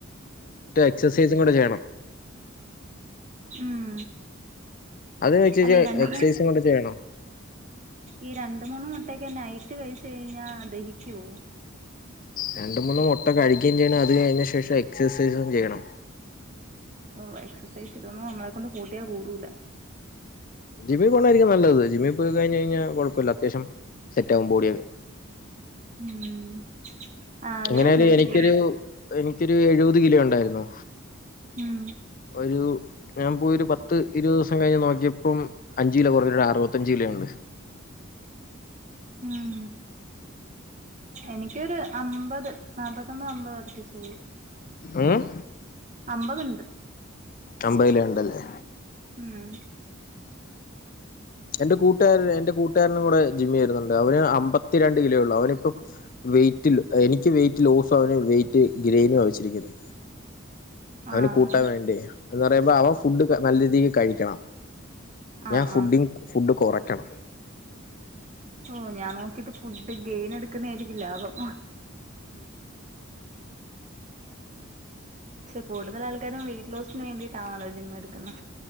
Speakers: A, on the left; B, on the right.
A: എക്സസൈസും കൂടെ ചെയ്യണം
B: ഉം
A: അത് വെച്ച്
B: അല്ല ഈ രണ്ട
A: എക്സസൈസും കൂടെ ചെയ്യണം
B: ഈ രണ്ട് മൂന്ന് മുട്ടൊയോക്കെ നൈറ്റ് കഴിച്ച് കഴിഞ്ഞാ ദഹിക്കോ?
A: രണ്ട് മൂന്ന് മുട്ട കഴിക്കയും ചെയ്യണം അത് കഴിഞ്ഞ ശേഷം എക്സസൈസും ചെയ്യണം
B: ഓ എക്സസൈസ് ഇതൊന്നും നമ്മളെ കൊണ്ട് കൂട്ടിയാ കൂടൂല
A: ജിമ്മി പോണായിരിക്കും നല്ലത് ജിമ്മി പോയി കഴിഞ്ഞഴിഞ കുഴപ്പല്ല അത്യാവ്യം സെറ്റ് ആകും ബോഡിയൊക്കെ
B: ഉം ആഗ്രഹണ്ടോ
A: എങ്ങനായാലും എനിക്കൊരു
B: ചെയ്യാൻ
A: എനിക്കൊരു എഴുപത് കിലോ ഉണ്ടായിരുന്നു
B: ഉം
A: പ ഒരു ഞാൻ പോയി ഒരു പത്ത് ഇരുപത് ദിവസം കഴിഞ്ഞ് നോക്കിയപ്പം അഞ്ച് കിലോ കുറഞ്ഞൊരു അറുപത്തഞ്ച് കിലോ ഉണ്ട്
B: ഉം എനിക്കൊരു അമ്പത് നാല്പത്തൊമ്പത് അമ്പത് അടുപ്പിച്ചോള്ളൂ
A: ഉം
B: അമ്പത്ണ്ട്
A: അമ്പത് കിലോണ്ടല്ലേ
B: ഉം
A: എന്റെ കൂട്ടുകാരൻ എന്റെ കൂട്ടുകാരനും കൂടെ ജിമ്മി വരുന്നുണ്ട് അവന് അമ്പത്തിരണ്ട് കിലോയുള്ളൂ അവനിപ്പം വെയിറ്റ്ല്ല എനിക്ക് വെയിറ്റ് ലോസും അവന് വെയിറ്റ് ഗെയ്നുവാ വച്ചിരിക്കുന്നെ അവന്
B: ആഹ്
A: കൂട്ടാൻ വേണ്ടി എന്ന് പറയുമ്പ അവൻ ഫുഡ് നല്ല രീതിക്ക് കഴിക്കണം
B: ആഹ്
A: ഞാൻ ഫുഡിങ്‌ ഫുഡ് കുറക്കണം
B: ഓഹ് ഞാൻ നോക്കിട്ട് ഫുഡ് ഗെയിൻ എടുക്കുന്നെയിരിക്കും ലാഭം ക്ഷെ കൂടുതൽ ആൾക്കാരും വെയിറ്റ് ലോസിനു വേണ്ടിയിട്ടാണല്ലോ ജിം എടുക്കുന്നേ